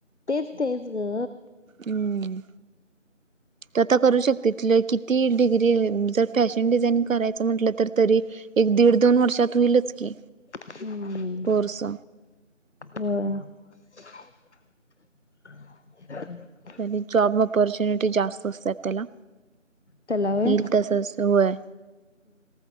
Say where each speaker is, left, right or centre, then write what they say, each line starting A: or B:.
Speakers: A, on the left; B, on the right.
A: तेच तेच ग
B: हमम तो आता करू शक तिथलं किती डिग्री जर फॅशन डिझाइनिंग करायच अस म्हंटलं तर तरी एक दीड दोन वर्षात होईलच की
A: हम्म
B: कोर्स
A: होय. <inaudible> <inaudible>
B: त्याने जॉब ऑपॉर्च्युनिटी जास्त असतात त्याला
A: त्याला व्हय
B: येल
A: हा
B: तस व्हय